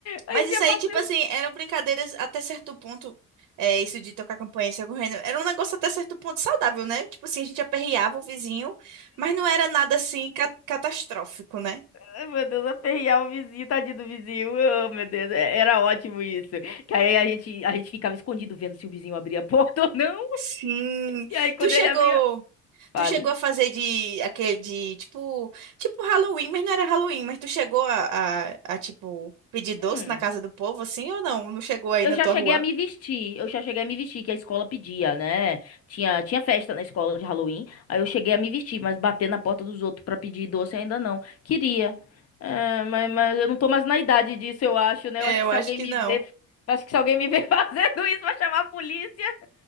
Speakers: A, on the left; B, on the right.
A: A
B: Mas
A: gente
B: isso
A: ia
B: aí,
A: fazer.
B: tipo assim, eram brincadeiras até certo ponto. É, isso de tocar campanha e sair correndo. Era um negócio até certo ponto saudável, né? Tipo assim, a gente aperreava o vizinho, mas não era nada assim ca- catastrófico, né?
A: Ai, Meu Deus, aperrear o vizinho, tadinho do vizinho. Oh, meu Deus, é- era ótimo isso. Que aí a gente, a gente ficava escondido vendo se o vizinho abria a <laughs> porta ou não.
B: Sim.
A: E aí quando
B: Tu chegou,
A: ele abria. Fale.
B: tu chegou a fazer de aquele de tipo, tipo Halloween, mas não era Halloween, mas tu chegou a, a, a tipo pedir doce
A: Hum.
B: na casa do povo assim ou não? Não chegou aí
A: Eu
B: na
A: já
B: tua
A: cheguei
B: rua?
A: a me vestir, eu já cheguei a me vestir, que a escola pedia, né? Tinha, tinha festa na escola de Halloween, aí eu cheguei a me vestir, mas bater na porta dos outros pra pedir doce ainda não. Queria, É, mas, mas eu não tô mais na idade disso, eu acho, né? Eu
B: É,
A: acho que
B: eu
A: se
B: acho
A: alguém
B: que
A: me
B: não.
A: ver, eu acho que se alguém me ver <laughs> fazendo isso, vai chamar a polícia.